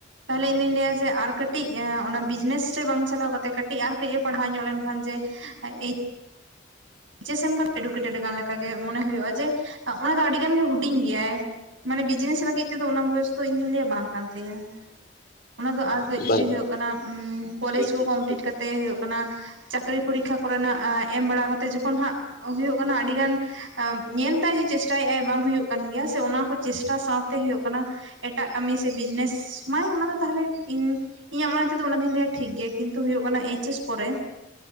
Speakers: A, on the right; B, on the left.
A: ᱛᱟᱦᱚᱞᱮ ᱤᱧ ᱫᱩᱧ ᱞᱟᱹᱭᱟ ᱡᱮ ᱟᱨ ᱠᱟᱹᱴᱤᱡ ᱠᱟᱹᱴᱤᱡ ᱚᱱᱟ ᱵᱤᱡᱽᱱᱮᱥ ᱨᱮ ᱵᱟᱝ ᱪᱟᱞᱟᱣ ᱠᱟᱛᱮᱜ ᱠᱟᱹᱴᱤᱡ ᱟᱨ ᱠᱟᱹᱡ ᱮ ᱯᱟᱲᱦᱟᱣ ᱧᱚᱜ ᱞᱮᱱᱠᱷᱟᱱ ᱡᱮ <unintelligible> <unintelligible> ᱮᱢ ᱮᱰᱩᱠᱮᱴᱮᱰᱟᱱ ᱞᱮᱠᱟᱜᱮ ᱢᱚᱱᱮ ᱦᱩᱭᱩᱜᱭᱼᱟ ᱡᱮ ᱚᱱᱟ ᱫᱚ ᱟᱹᱰᱤ ᱜᱟᱱ ᱜᱮ ᱦᱩᱰᱤᱧ ᱜᱮᱭᱟᱭ ᱢᱟᱱᱮ ᱵᱤᱡᱽᱱᱮᱥ ᱞᱟᱹᱜᱤᱫ ᱛᱮᱫᱚ ᱚᱱᱟ ᱵᱚᱭᱚᱥ ᱫᱚ ᱤᱧ ᱫᱩᱧ ᱞᱟᱹᱭᱟ ᱵᱟᱝ ᱠᱟᱱ ᱛᱟᱭᱟ᱾ᱚᱱᱟ ᱫᱚ
B: ᱦᱩᱸ
A: ᱡᱩᱫᱤ
B: ᱵᱟᱝ
A: ᱦᱩᱭᱩᱜ ᱠᱟᱱᱟ ᱠᱚᱞᱮᱡ
B: ᱮᱭᱤᱪ
A: ᱠᱚ
B: ᱮᱥ
A: ᱠᱚᱢᱯᱞᱤᱴ
B: ᱮ
A: ᱠᱟᱛᱮ ᱛᱮ ᱦᱩᱭᱩᱜ ᱠᱟᱱᱟ ᱪᱟᱹᱠᱨᱤ ᱯᱚᱨᱤᱠᱠᱷᱟ ᱠᱚᱨᱮᱱᱟᱜ ᱮᱢ ᱵᱟᱲᱟ ᱠᱟᱛᱮ ᱡᱚᱠᱷᱚᱱ ᱦᱟᱸᱜ ᱦᱩᱭᱩᱜ ᱠᱟᱱᱟ ᱟᱹᱰᱤ ᱜᱟᱱ <unintelligible> ᱧᱮᱞ ᱫᱟᱭ ᱡᱮ ᱪᱮᱥᱴᱟᱭᱮᱫ ᱟᱭ ᱵᱟᱝ ᱦᱩᱭᱩᱜ ᱠᱟᱱ ᱜᱮᱭᱟ ᱥᱮ ᱚᱱᱟ ᱠᱚ ᱪᱮᱥᱴᱟ ᱥᱟᱶᱛᱮ ᱦᱩᱭᱩᱜ ᱠᱟᱱᱟ ᱮᱴᱟᱜ ᱠᱟᱹᱢᱤ ᱥᱮ ᱵᱤᱡᱽᱱᱮᱥ ᱢᱟᱭ ᱚᱱᱟᱫᱚ ᱛᱟᱦᱚᱞᱮ ᱤᱧ ᱤᱧᱟᱹᱜ ᱢᱚᱱᱮ ᱛᱮᱫᱚ ᱚᱱᱟ ᱫᱚᱧ ᱞᱟᱹᱭᱟ ᱴᱷᱤᱠ ᱜᱮᱭᱟ, ᱠᱤᱱᱛᱩᱳ ᱦᱩᱭᱩᱜᱭ ᱠᱟᱱᱟ ᱮᱭᱤᱪ ᱮᱥ ᱯᱚᱨᱮ